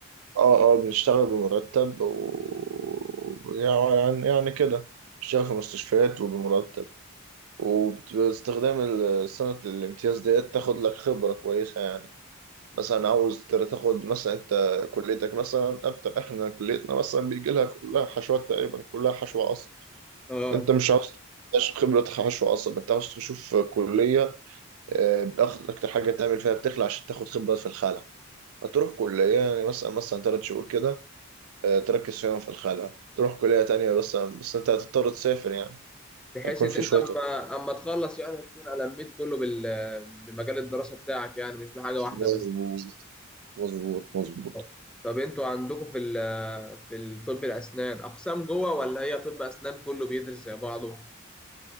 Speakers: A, on the right; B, in the centre.
A: اه اه بنشتغل بمرتب و يعني يعني كده بشتغل في مستشفيات وبمرتب وباستخدام ال- سنة الامتياز ديت تاخد لك خبرة كويسة يعني مثلا عاوز تر- تاخد مثلا انت كليتك مثلا اكتر احنا كليتنا مثلا بيجي لها كلها حشوات تقريبا كلها حشو عصب
B: اه
A: انت مش عاوز تخش خبرة حشو عصب انت عاوز تشوف كلية آه، بأخ- اكتر حاجة تعمل فيها بتخلع عشان تاخد خبرة في الخلع هتروح كلية يعني مثلا مثلا تلات شهور كده آه، تركز فيهم في الخلع تروح كلية تانية بس بس انت هتضطر تسافر يعني
B: بحيث
A: هيكون
B: ان
A: في
B: انت
A: شوية
B: اما اما تخلص يعني تكون لميت كله بال... بمجال الدراسة بتاعك يعني مش بحاجة واحدة
A: مظبوط
B: بس
A: مظبوط مظبوط
B: آه. طب انتوا عندكم في ال... في الطب الاسنان اقسام جوه ولا هي طب اسنان كله بيدرس زي بعضه